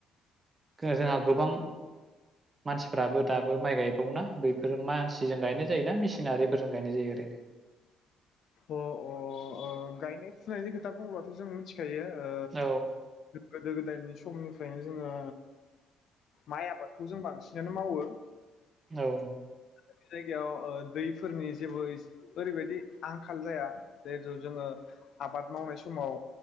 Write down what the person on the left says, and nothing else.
अ अ गायनाय फुनायनि खोथा बुङोबाथ' जों मिथि मिथिखायो ओ
गोदो गोदायनि सम समनिफ्रायनो जोङो माइ आबादखौ जों बांसिनानो मावो
बे जायगायाव दैफोरनि जेबो ओरैबायदि आंखाल जाया जेहुथु जोङो आबाद मावनाय समाव